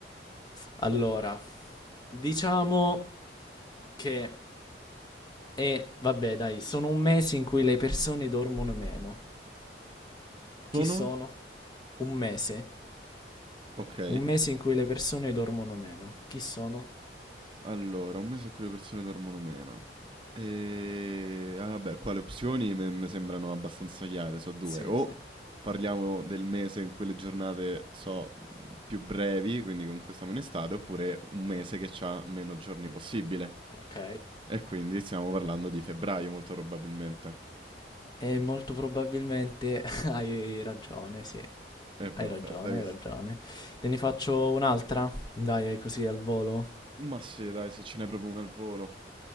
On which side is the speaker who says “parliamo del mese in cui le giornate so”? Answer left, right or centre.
Right